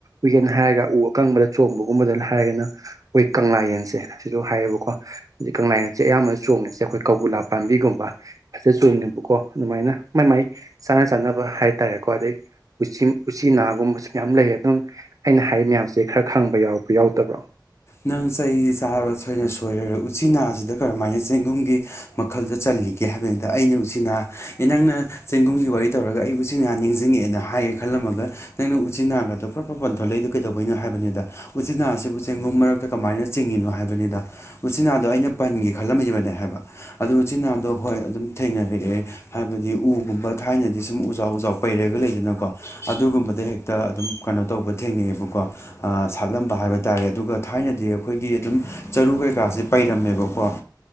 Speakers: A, on the right; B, on the left.
A: ꯎꯌꯦꯟ ꯍꯥꯏꯔꯒ ꯎ ꯑꯀꯪꯕꯗ ꯆꯣꯡꯕꯒꯨꯝꯕꯗ ꯍꯥꯏꯔꯒꯅ ꯑꯣꯏ ꯀꯪꯂꯥ ꯌꯦꯟꯁꯦ ꯁꯤꯖꯨ ꯍꯥꯏꯌꯦꯕꯀꯣ ꯀꯪꯂꯥꯌꯦꯟꯁꯦ ꯑꯌꯥꯝꯕꯅ ꯆꯣꯡꯉꯤꯁꯦ ꯑꯩꯈꯣꯏ ꯀꯧꯕꯤꯂꯥ ꯄꯥꯝꯕꯤꯒꯨꯝꯕ ꯑꯁꯤ ꯆꯣꯡꯅꯦꯕꯀꯣ ꯑꯗꯨꯃꯥꯏꯅ ꯃꯥꯏ ꯃꯥꯏ ꯆꯥꯅ ꯆꯥꯅꯕ ꯍꯥꯏꯇꯥꯔꯦꯀꯣ ꯑꯗꯩ ꯎꯆꯤꯟ ꯎꯆꯤꯅꯥꯒꯨꯝꯕꯁꯨ ꯃꯌꯥꯝ ꯂꯩꯌꯦ ꯑꯗꯨꯝ ꯑꯩꯅ ꯍꯥꯏꯔꯤ ꯃꯌꯥꯝꯁꯦ ꯈꯔ ꯈꯪꯕ ꯌꯥꯎꯕ꯭ꯔꯥ ꯌꯥꯎꯗꯕ꯭ꯔꯣ
B: ꯅꯪ ꯆꯩꯁꯤ ꯆꯥꯔꯕ ꯁꯣꯏꯅ ꯁꯣꯏꯔꯔ ꯎꯆꯤꯅꯥꯁꯤꯗ ꯀꯔꯝꯍꯥꯏꯅ ꯆꯦꯡꯒꯨꯝꯒꯤ ꯃꯈꯜꯗ ꯆꯜꯂꯤꯒꯦ ꯍꯥꯏꯕꯅꯤꯗ ꯑꯩꯅ ꯎꯆꯤꯟꯅꯥ ꯅꯪꯅ ꯆꯦꯡꯒꯨꯝꯒꯤ ꯋꯥꯔꯤ ꯇꯧꯔꯒ ꯑꯩ ꯎꯆꯤꯅꯥ ꯅꯤꯡꯖꯤꯡꯉꯛꯑꯦꯅ ꯍꯥꯏꯒꯦ ꯈꯜꯂꯝꯃꯒ ꯅꯪꯅ ꯎꯆꯤꯅꯥꯒꯗꯣ ꯄ꯭ꯔꯞ ꯄ꯭ꯔꯞ ꯄꯟꯊꯣꯂꯛꯏꯗꯨ ꯀꯩꯗꯧꯕꯩꯅꯣ ꯍꯥꯏꯕꯅꯤꯗ ꯎꯆꯤꯟꯅꯥꯁꯤꯕꯨ ꯆꯦꯡ ꯒꯨꯝ ꯃꯔꯛꯇ ꯀꯃꯥꯏꯅ ꯆꯤꯡꯉꯤꯅꯣ ꯍꯥꯏꯕꯅꯤꯗ ꯎꯆꯤꯟꯅꯥꯗꯣ ꯑꯩꯅ ꯄꯟꯒꯦ ꯈꯜꯂꯝꯃꯤꯕꯅꯦ ꯍꯥꯏꯕ ꯑꯗꯨ ꯎꯆꯤꯟꯅꯥꯗꯣ ꯍꯣꯏ ꯑꯗꯨꯝ ꯊꯦꯡꯅꯔꯛꯑꯦ ꯍꯥꯏꯕꯗꯤ ꯎꯒꯨꯝꯕ ꯊꯥꯏꯅꯗꯤ ꯁꯨꯝ ꯎꯖꯥꯎ ꯎꯖꯥꯎ ꯄꯩꯔꯒ ꯂꯩꯗꯅꯀꯣ ꯑꯗꯨꯒꯨꯝꯕꯗ ꯍꯦꯛ ꯇ ꯑꯗꯨꯝ ꯀꯩꯅꯣ ꯇꯧꯕ ꯊꯦꯡꯅꯩꯑꯦꯕꯀꯣ ꯑꯥ ꯁꯥꯠꯂꯝꯕ ꯍꯥꯏꯕ ꯇꯥꯔꯦ ꯑꯗꯨꯒ ꯊꯥꯏꯅꯗꯤ ꯑꯩꯈꯣꯏꯒꯤ ꯑꯗꯨꯝ ꯆꯔꯨ ꯀꯩꯀꯥꯁꯦ ꯄꯩꯔꯝꯃꯦꯕꯀꯣ